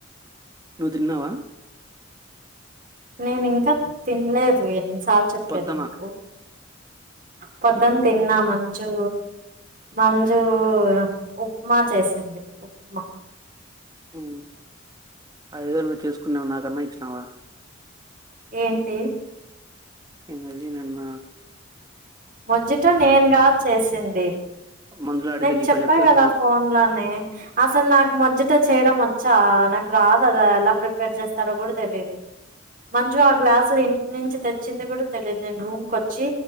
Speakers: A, on the right; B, on the right.
A: నువ్వు తిన్నావా
B: నేను ఇంకా తిన్లే ను ఎన్నిసార్లు చెప్పది
A: పొద్దున
B: మీకి పొద్దున తిన్నా మంచు మంచుగ్ ఉప్మా చేసింది ఉప్మా
A: ఉ అదేదో నువ్వు చేసు నువ్వు నాకన్నా ఇచ్చినావా
B: ఏంటి
A: ఎనర్జీ నాన్న
B: మొజ్జోటో తో నేనుకాదు చేసింది
A: మందులో అడిగితే
B: నేను
A: నీ
B: చెప్పా
A: పేరు చెప్తారు
B: కదా
A: నువ్వు అడిగితే
B: ఫోన్ లోనే అసలు నాకు మొజ్జోటో చేయడం వచ్చ. చ నాకు రాదు అది ఎలా ప్రిపేర్ చేస్తారో కూడా తెలియదు. మంజు ఆ గ్లాసులు ఎక్కడనుంచి తెచ్చింది కూడా తెలియదు నేను రూమ్ కు వచ్చి.